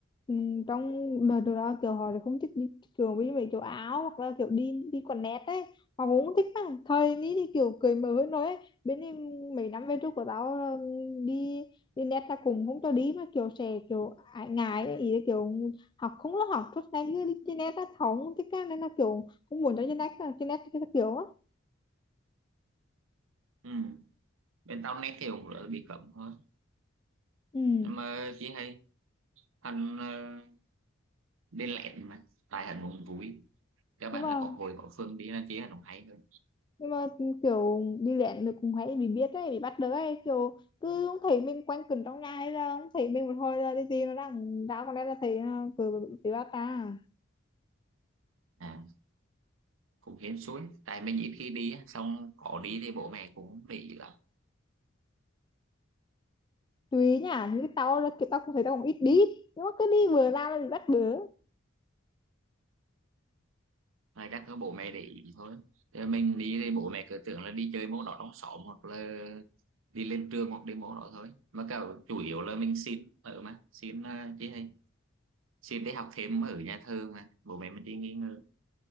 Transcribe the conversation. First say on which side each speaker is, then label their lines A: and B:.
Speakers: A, on the left; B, on the right.
A: ừm, trong đời tụi tao kiểu họ thì không thích đi kiểu với mấy kiểu áo hoặc là kiểu đi đi quần nét ấy họ cũng không thích lắm thời ní thì kiểu cười mở hơn nói ấy. bên em mấy năm về trước của tao ừm, đi đi nét là cũng không cho đi mà kiểu sẽ kiểu ải ngại ấy. ý là kiểu học không có học tốt nhanh như đi trên nét á họ không thích á nên là kiểu không muốn cho trên nét trên nét cái kiểu á
B: ừ. bên tao nét thì cũng bị cấm thôi
A: ừ
B: nhưng mà chị hay Hân ờ, bên lẹn mà tài Hân cũng vui các bạn
A: nhưng mà
B: là có hồi có Phương đi là chế Hân cũng hay hơn
A: nhưng mà ừ, kiểu đi luyện được cũng hay bị biết đấy bị bắt được ấy kiểu cứ không thấy mình quanh quẩn trong nhà hay là không thấy mình một hồi là cái gì nó đang đau còn đây là thấy nó cứ bị bắt ta
B: à cũng hên suối tại mình ít khi đi xong có đi thì bộ mẹ cũng để ý lắm
A: tùy nhá như tao là kiểu tao cũng thấy tao cũng ít đi nhưng mà cứ đi vừa ra là bị bắt bớ
B: mà chắc có bộ mẹ để ý thôi Thế mình đi thì bộ mẹ cứ tưởng là đi chơi môn đó trong xóm hoặc là đi lên trường hoặc đi môn đó thôi mà cả chủ yếu là mình xin ở mà xin uh, chứ hay xin để học thêm ở nhà thơ mà bộ mẹ mình đi nghỉ ngơi